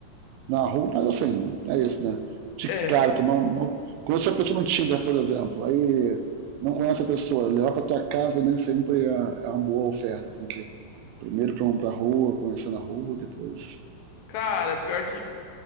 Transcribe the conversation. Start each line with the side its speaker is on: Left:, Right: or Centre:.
Right: na rua, mas assim, é isso, né? De
Left: É,
Right: cara, tomar uma... conhecer a pessoa no Tinder, por exemplo, aí não conhece a pessoa, levar para tua casa nem sempre é é uma boa oferta, tem que ir primeiro para pra rua, conhecer na rua, depois
Left: cara, pior que